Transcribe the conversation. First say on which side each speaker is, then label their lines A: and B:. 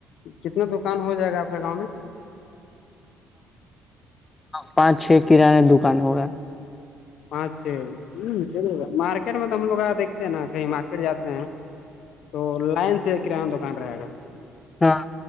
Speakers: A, on the left; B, on the left.
A: کتنا دکان ہو جائے گا آپ کے گاؤں میں
B: پانچ چھ کانہ دکان ہوگا
A: پانچ چھ ہ چلے گا مارکیٹ میں تو ہم لوگ آ دیکھتے ہیں نا کہیں مارکیٹ جاتے ہیں تو لائن سے کرانہ دکان رہے گا
B: ہاں